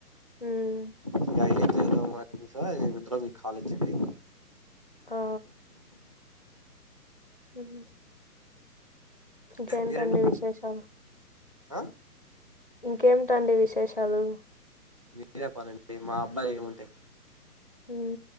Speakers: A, on the left (about 35°); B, on the right (about 20°).
A: మ్మ్
B: <unintelligible> <unintelligible> మీకు కాల్ ఒచ్చింది
A: ఆ హు ఇంకేంటండి
B: మీరండి
A: విశేషాలు
B: ఆ
A: ఇంకేమిటండి విశేషాలు
B: మీరే చెప్పాలండి మా అబ్బాయి ఏముంటాయి
A: హు